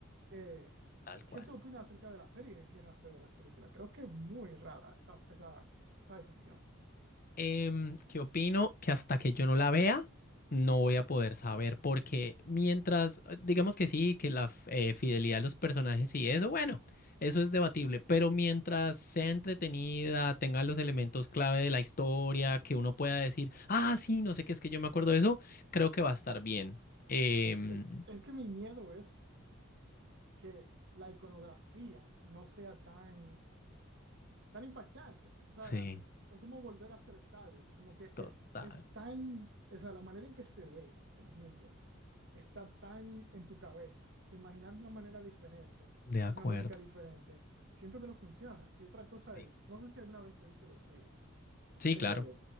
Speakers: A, on the right; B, on the left.
A: Eh,
B: tal cual.
A: ¿qué tú opinas acerca de las series que quieren hacer de las películas? Creo que es muy rara esa, esa, esa decisión.
B: Em, ¿qué opino? Que hasta que yo no la vea, no voy a poder saber, porque mientras, eh, digamos que sí, que la f- eh, fidelidad de los personajes y eso, bueno, eso es debatible, pero mientras sea entretenida, tenga los elementos clave de la historia, que uno pueda decir, ah, sí, no sé qué es que yo me acuerdo de eso, creo que va a estar bien. Em,
A: Es, es que mi miedo es que la iconografía no sea tan, tan impactante. O sea,
B: sí,
A: es como volver a hacer Star Wars, como que
B: total,
A: es, es tan, o sea, la manera en que se ve el mundo está tan en tu cabeza que imaginar una manera diferente,
B: de acuerdo.
A: una música diferente, siento que no funciona. Y otra cosa
B: Sí,
A: es, no sé si alguna vez leíste los libros.
B: sí,
A: Eh,
B: claro,